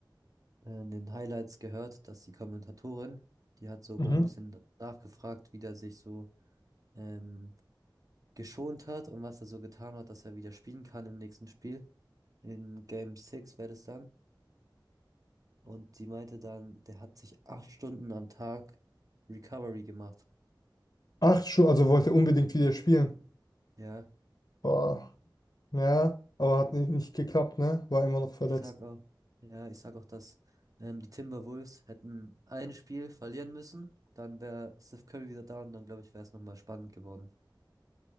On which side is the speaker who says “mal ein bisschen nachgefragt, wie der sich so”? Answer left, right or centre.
Right